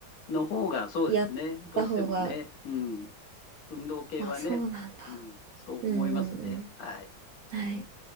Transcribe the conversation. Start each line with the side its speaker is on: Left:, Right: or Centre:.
Left: ーの方がそうですね。
Right: やった方が、
Left: どうしてもね。うん。運動系はね、
Right: あ、そうなんだ。
Left: うん、そう思いますね。
Right: うんうんうん。
Left: はい。
Right: はい。